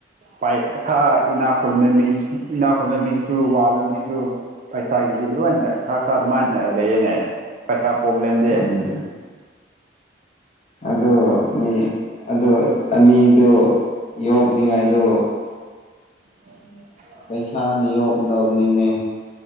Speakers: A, on the right; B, on the left.
A: ꯄꯥꯏꯍꯥ ꯏꯅꯥ ꯈꯨꯕ ꯃꯤ ꯏꯅꯥ ꯈꯨꯟꯕ ꯃꯤꯁꯨ ꯋꯥꯕ ꯃꯤꯁꯨ ꯄꯩꯁꯥꯒꯤꯗꯤ ꯂꯣꯏꯅ ꯈꯔ ꯈꯔ ꯑꯗꯨꯃꯥꯏꯅ ꯂꯩꯌꯦꯅꯦ ꯄꯩꯁꯥ ꯄ꯭ꯔꯣꯕ꯭ꯂꯦꯝꯗꯤ
B: ꯎꯝ ꯑꯗꯨ ꯃꯤ ꯑꯗꯨ ꯑꯅꯤꯗꯨ ꯌꯣꯛꯅꯤꯡꯉꯥꯏꯗꯣ
A: <unintelligible>
B: ꯄꯩꯁꯥꯅ ꯌꯣꯛꯀꯗꯕꯅꯤꯅꯦ